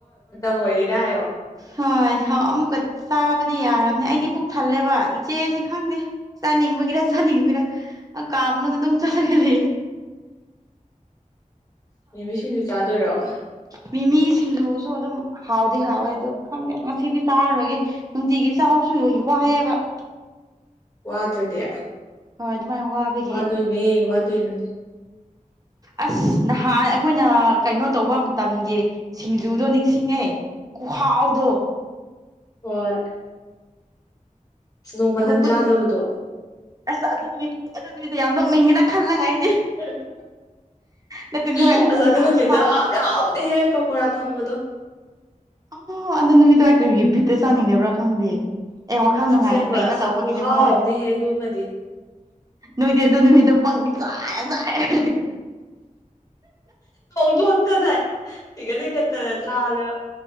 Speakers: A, on the left (about 25°); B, on the right (about 25°).
A: ꯃꯣꯏꯦ ꯀꯥꯏ ꯍꯣ
B: ꯍꯣꯏ ꯑꯃꯨꯛꯀ ꯆꯥꯕꯗꯤ ꯌꯥꯔꯕꯅꯤ ꯑꯩꯗꯤ ꯄꯨꯛ ꯊꯜꯂꯦꯕ ꯏꯆꯦꯁꯤ ꯈꯪꯗꯦ ꯆꯥꯅꯤꯡ ꯦꯔꯅꯤ ꯃꯔ ꯀꯥꯃꯅꯣꯅꯦ ꯇꯝ ꯆ ꯂꯩ
A: ꯅꯨꯃꯤꯁꯤꯡꯁꯨ ꯆꯥꯗꯣꯏꯔꯣꯑꯣ
B: ꯃꯤꯃꯤꯁꯤꯡꯗꯨꯁꯨ ꯑꯗꯨꯝ ꯍꯥꯎꯗꯤ ꯍꯥꯎꯋꯦ ꯑꯗꯨ ꯈꯪꯗꯦ ꯉꯁꯤꯗꯤ ꯆꯥꯔꯔꯣꯏꯒꯦ ꯅꯨꯡꯇꯤꯒꯤ ꯆꯥꯕ ꯁꯨ ꯌꯣꯛꯏꯀꯣ ꯍꯥꯏꯌꯦꯕ <inaudible>
A: ꯋ꯭ꯗꯔ꯭ꯗꯤ
B: ꯍꯣꯏ ꯑꯗꯨꯃꯥꯏꯅ ꯋꯥꯕꯒꯤ
A: ꯋꯥꯗꯣꯏꯅꯦ ꯋꯥꯗꯣꯏꯅꯦ
B: ꯑꯁ ꯅꯍꯥꯟ ꯑꯩꯈꯣꯏꯅ ꯀꯩꯅꯣ ꯇꯧꯕ ꯃꯇꯝꯒꯤ ꯁꯤꯡꯖꯨꯗꯣ ꯅꯤꯡꯁꯤꯡꯉꯦ ꯈꯨꯍꯥꯎꯗꯣ
A: ꯍꯣꯏ ꯑꯁ ꯅꯣꯡꯃ
B: ꯑꯩꯈꯣꯏ
A: ꯅꯪ
B: ꯄꯨ
A: ꯆꯥꯗꯕꯗꯣ
B: ꯑꯁ ꯑꯗꯨ ꯑꯗꯨꯗꯨꯗꯤ ꯌꯥꯝ ꯅꯣꯛꯅꯤꯡꯉꯦꯅ ꯈꯜꯂꯒ ꯑꯩ
A: ꯎꯝ
B: ꯅꯠꯇꯦ ꯅꯣꯏ
A: ꯎꯝ ꯑꯁ
B: ꯅꯨꯃꯤꯠꯇ
A: ꯑꯗꯨ
B: ꯌꯥꯝ
A: ꯅꯨꯃꯤꯠꯇꯣ
B: ꯆꯥꯏꯌꯦ
A: ꯍꯥꯎꯗꯤ ꯍꯥꯎꯕꯅꯤꯍꯦ ꯄꯥꯀꯥꯎꯔꯥ ꯊꯣꯡꯕꯗꯣ
B: ꯑ ꯑꯗ ꯅꯨꯃꯤꯠꯇꯨ ꯑꯩ ꯀꯔꯤ ꯕꯤꯠꯇ ꯆꯥꯅꯤꯡꯗꯕ꯭ꯔꯥ ꯈꯪꯗꯦ ꯑꯦ ꯋꯥꯈꯜ
A: ꯑꯁ
B: ꯅꯨꯡꯉꯥꯏ
A: ꯑꯁꯦꯡꯕ
B: ꯀꯩꯅꯣ
A: ꯑꯁ
B: ꯇꯧꯕꯒꯤꯅꯦꯕ
A: ꯈꯨꯍꯥꯎ
B: ꯍꯣꯏ
A: ꯑꯃꯅꯦꯍꯦ ꯑꯗꯨꯃꯗꯤ
B: ꯅꯣꯏꯗꯤ ꯑꯗꯨ ꯅꯨꯃꯤꯠꯇꯣ ꯄꯪ ꯆꯥꯏꯗ ꯆꯥꯏ
A: ꯍꯣꯛ ꯇ ꯊꯥꯏ ꯊꯀ ꯊ ꯀ <inaudible> ꯇ ꯆꯥꯂ <inaudible>